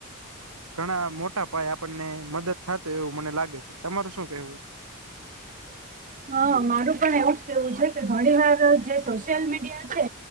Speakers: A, on the right; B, on the right.
A: ઘણા મોટા પાયે આપણને મદદ થાતો એવું મને લાગે છે તમારું શું કેવું છે
B: હા મારું પણ એવું જ કેવું છે કે ઘણી વાર જે સોશિયલ મીડિયા છે